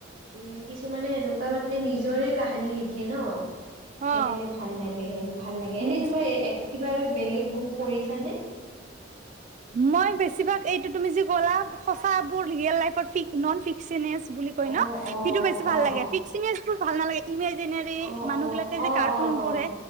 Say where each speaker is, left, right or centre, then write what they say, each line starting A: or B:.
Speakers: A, on the right (about 80°); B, on the right (about 40°).
A: উম কিছুমানে এনেকুৱা মানে নিজৰে কাহানী লিখে। লিখে ন, সেইকাৰণে
B: অ
A: ভাল লাগে ভাল লাগে। এনেই
B: উম
A: তোমাৰ এক কিবা এ বেলেগ বুক পঢ়িছানে?
B: মই বেছিভাগ এইটো তুমি যি ক'লা সঁচাবোৰ ৰিয়েল লাইফৰ ফিক ননফিকচনেচ বুলি কয়
A: অ',
B: ন,
A: অ',
B: সেইটো বেছি ভাল
A: অ',
B: লাগে ফিক্সিনেচবোৰ ভাল নালাগে। ইমাজিনেৰি
A: অ',
B: মানুহ বিলাকে
A: অ',
B: যে কাৰ্টুন
A: অ',
B: পঢ়ে,
A: অ',